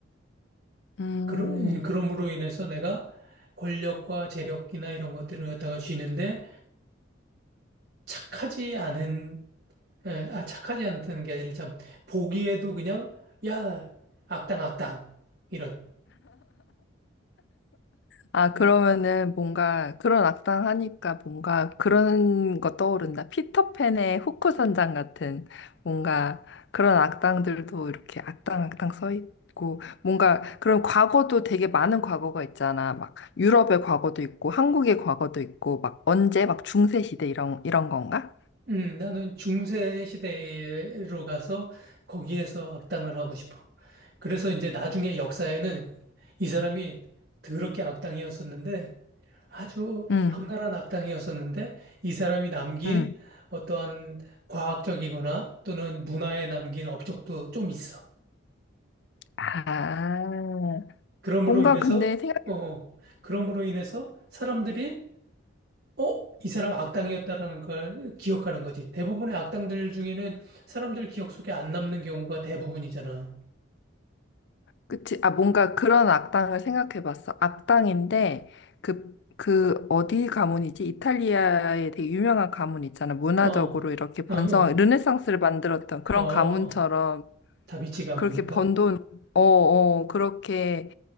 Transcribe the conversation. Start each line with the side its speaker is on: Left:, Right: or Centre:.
Left: 음.
Right: 그러, 그럼으로 인해서 내가 권력과 재력이나 이런 것들을 갖다가 쥐는데 착하지 않은, 에, 아, 착하지 않다는 게 아니라 참, 보기에도 그냥, 야, 악당, 악당. 이런.
Left: 아, 그러면은 뭔가 그런 악당 하니까 뭔가 그런 거 떠오른다. 피터팬의 후크 선장 같은 뭔가 그런 악당들도 이렇게 악당 악당 서 있고 뭔가 그런 과거도 되게 많은 과거가 있잖아. 막 유럽의 과거도 있고 한국의 과거도 있고 막 언제 막 중세 시대 이런 이런 건가?
Right: 음, 나는 중세 시대로 가서 거기에서 악당을 하고 싶어. 그래서 이제 나중에 역사에는 이 사람이 더럽게 악당이었었는데 아주
Left: 응,
Right: 악랄한 악당이었었는데 이 사람이 남긴
Left: 응.
Right: 어떠한 과학적이거나 또는 문화에 남긴 업적도 좀 있어.
Left: 아,
Right: 그러므로
Left: 뭔가
Right: 인해서
Left: 근데 생각해
Right: 어, 어. 그러므로 인해서 사람들이 어? 이 사람 악당이었다라는 걸 기억하는 거지. 대부분의 악당들 중에는 사람들 기억 속에 안 남는 경우가 대부분이잖아.
Left: 그치? 아, 뭔가 그런 악당을 생각해 봤어. 악당인데, 그, 그, 어디 가문이지? 이탈리아에 되게 유명한 가문 있잖아. 문화적으로
Right: 어, 어,
Left: 이렇게 번성한,
Right: 어,
Left: 르네상스를 만들었던 그런
Right: 어, 어. 어.
Left: 가문처럼
Right: 다비치 가문인가?
Left: 그렇게 번 돈, 어, 어, 그렇게